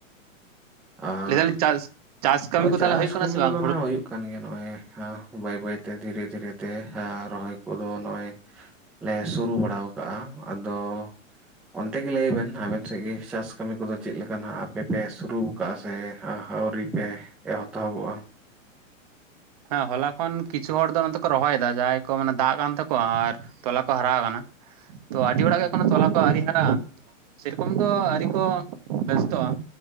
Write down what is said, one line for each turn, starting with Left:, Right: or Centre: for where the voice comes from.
Centre: ᱟᱨ
Right: ᱞᱟᱹᱭ ᱫᱟᱞᱤᱧ ᱪᱟᱥ ᱪᱟᱥ ᱠᱟᱹᱢᱤ
Centre: ᱱᱚᱜᱼᱚᱭ
Right: ᱠᱚ ᱛᱟᱦᱚᱞᱮ
Centre: ᱪᱟᱥ
Right: ᱦᱩᱭᱩᱜ ᱠᱟᱱᱟ
Centre: ᱠᱟᱹᱢᱤ
Right: ᱥᱮ ᱵᱟᱝ
Centre: ᱠᱚᱫᱚ
Right: ᱦᱩᱲᱳ
Centre: ᱱᱟᱦᱟᱜ ᱦᱩᱭᱩᱜ ᱠᱟᱱ ᱜᱮᱭᱟ ᱱᱚᱜᱼᱚᱭ ᱦᱟᱸᱜ ᱵᱟᱹᱭ ᱵᱟᱹᱭᱛᱮ ᱫᱷᱤᱨᱮ ᱫᱷᱤᱨᱮ ᱛᱮ ᱟ ᱨᱚᱦᱚᱭ ᱠᱚᱫᱚ ᱱᱚᱜᱼᱚᱭ ᱞᱮ ᱥᱩᱨᱩ ᱵᱟᱲᱟ ᱠᱟᱜᱼᱟ ᱟᱫᱚ ᱚᱱᱛᱮ ᱜᱮ ᱞᱟᱹᱭᱵᱮᱱ ᱟᱵᱮᱱ ᱥᱮᱫ ᱜᱮ ᱪᱟᱥ ᱠᱟᱹᱢᱤ ᱠᱚᱫᱚ ᱪᱮᱫ ᱞᱮᱠᱟᱱᱟᱜ ᱟᱯᱮᱯᱮ ᱥᱩᱨᱩ ᱠᱟᱜᱼᱟ ᱥᱮ ᱟ ᱟᱹᱣᱨᱤ ᱯᱮ ᱮᱛᱚᱦᱚᱵᱚᱜᱼᱟ?
Right: ᱦᱮᱸ ᱦᱚᱞᱟ ᱠᱷᱚᱱ ᱠᱤᱪᱷᱩ ᱦᱚᱲ ᱫᱚ ᱱᱚᱛᱮ ᱠᱚ ᱨᱚᱦᱚᱭᱫᱟ ᱡᱟᱦᱟᱸᱭ ᱠᱚ ᱢᱟᱱᱮ ᱫᱟᱜ ᱠᱟᱱ ᱛᱟᱠᱚᱣᱟ, ᱟᱨ ᱛᱚᱞᱟ ᱠᱚ ᱦᱟᱨᱟ ᱠᱟᱱᱟ, ᱛᱚ ᱟᱹᱰᱤ ᱦᱚᱲᱟᱜ ᱜᱮ ᱮᱠᱷᱚᱱᱳ ᱛᱚᱞᱟ ᱠᱚ ᱟᱹᱣᱨᱤ ᱦᱟᱨᱟᱜᱼᱟ, ᱛᱚ ᱥᱮᱨᱚᱠᱚᱢ ᱫᱚ ᱟᱣᱨᱤ ᱠᱚ ᱵᱮᱥᱛᱚᱜᱼᱟ,